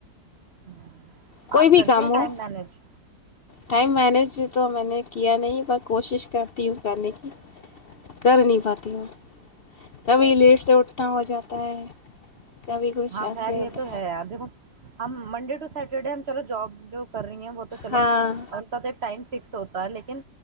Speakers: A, on the right (about 45°); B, on the left (about 70°).
A: ہوں
B: کوئی
A: آپ
B: بھی
A: کرتی
B: کام
A: ہیں
B: ہو
A: ٹائم مینج
B: ٹائم مینیج تو میں نے کیا نہیں بس کوشش کرتی ہوں کرنے کی کر نہیں پاتی ہوں کبھی لیٹ سے اٹ پٹا ہو جاتا ہے کبھی کچھ
A: ہاں
B: ایسے
A: خیر یہ
B: ہوتا
A: تو ہے آ دیکھ ہم منڈے ٹو سیٹرڈے ہم چلو جاب جو کر رہی ہیں وہ تو چلو
B: ہاں
A: اور تود ٹائم فکس ہوتا ہے لیکن